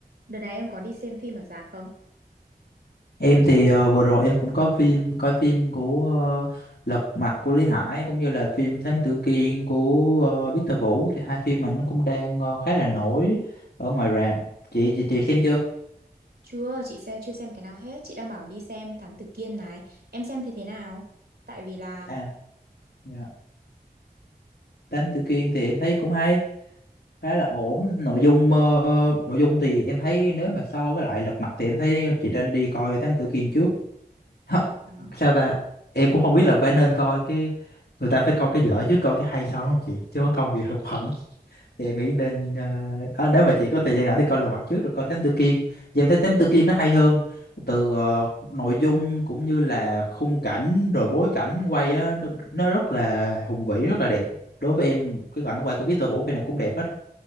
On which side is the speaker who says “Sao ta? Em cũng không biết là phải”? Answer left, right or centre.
Left